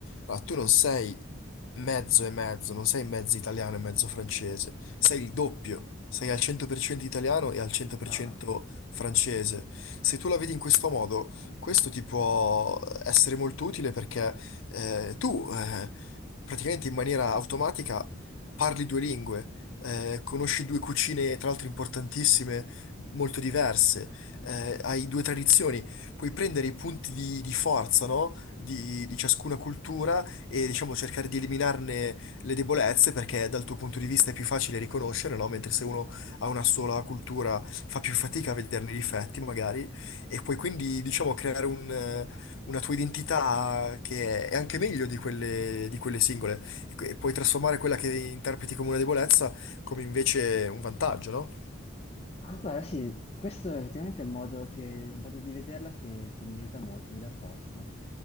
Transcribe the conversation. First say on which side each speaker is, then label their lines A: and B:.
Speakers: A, on the left (about 80°); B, on the left (about 30°).
A: Allora, tu non sei mezzo e mezzo, non sei mezzo italiano e mezzo francese, sei il doppio, sei al 100% italiano e al 100%
B: Ah,
A: francese. Se tu la vedi in questo modo, questo ti può essere molto utile perché eh, tu eh, praticamente in maniera automatica parli due lingue, eh, conosci due cucine, tra l'altro importantissime, molto diverse eh, hai due tradizioni, puoi prendere i punti di, di forza, no? Di, di ciascuna cultura e diciamo cercare di eliminarne le debolezze perché dal tuo punto di vista è più facile riconoscere, no? Mentre se uno ha una sola cultura fa più fatica a vederne i difetti magari e puoi quindi diciamo creare un, eh, una tua identità che è anche meglio di quelle, di quelle singole e que- e puoi trasformare quella che interpreti come una debolezza come invece un vantaggio, no?
B: ah, guarda, sì, questo è effettivamente un modo, che- un modo di vederla che, che mi aiuta molto, mi dà forza.